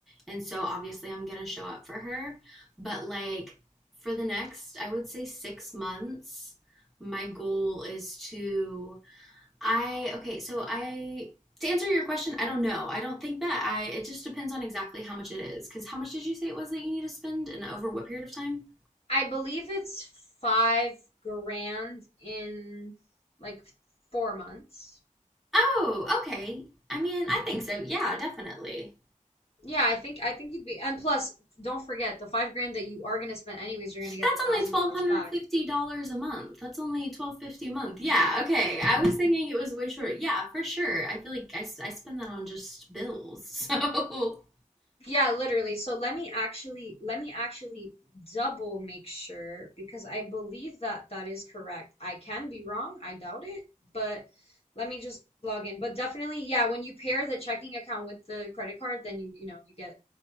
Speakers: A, in the centre; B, on the left.
A: And so obviously I'm going to show up for her, but like for the next, I would say 6 months, my goal is to I okay, so I to answer your question, I don't know. I don't think that I it just depends on exactly how much it is cuz how much did you say it was that you need to spend and over what period of time?
B: I believe it's five grand in like four months.
A: Oh, okay. I mean, I think so. Yeah, definitely.
B: Yeah, I think I think you'd be, and plus, don't forget the five grand that you are gonna spend anyways, you're gonna get
A: That's
B: the thousand
A: only $1250
B: dollars back.
A: a month. That's only 1250 a month. Yeah, okay. I was thinking it was way short. Yeah, for sure. I feel like I, s- I spend that on just bills. <laughs> So,
B: Yeah, literally. So let me actually let me actually double make sure because I believe that that is correct. I can be wrong, I doubt it, but let me just log in. But definitely, yeah, when you pair the checking account with the credit card, then you you know, you get